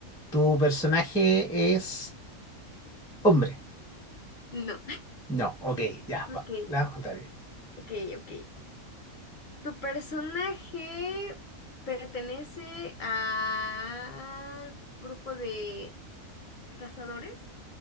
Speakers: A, in the centre; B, on the left.
A: ¿Tu personaje es hombre?
B: No.
A: No. Ok, ya,
B: <laughs>
A: pa-
B: Ok,
A: la contraria.
B: ok, ok. ¿Tu personaje pertenece al grupo de cazadores?